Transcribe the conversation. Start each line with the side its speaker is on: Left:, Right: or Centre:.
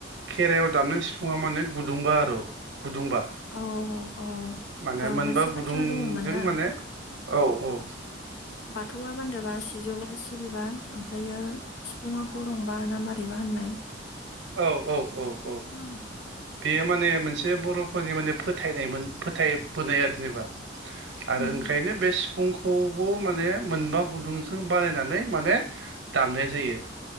Right: खेराइयाव दामनाय सिफुंआ माने गुदुंबा आरु गुदुंबा
Left: औ औ
Right: माने
Left: औ
Right: मोनबा
Left: मोनसे बाथ्रा
Right: गुदुंजों
Left: दङमोन ना
Right: माने औ औ
Left: बाथौआ बान्दोबा सिजौआ सि रिबा ओमफ्रायो सिफुुंआ गंरंबा ना मारैबा होननाय
Right: औ औ औ औ
Left: उम,
Right: बेयो माने मोनसे बर'फोरनि माने फोथायनायमोन फोथायबोनाय आरो जेनेबा। आरो
Left: उम,
Right: ओंखायनो बे सिफुंख खौबो माने मोनबा गुदुंजों बानायनानै माने दामनाय जायो।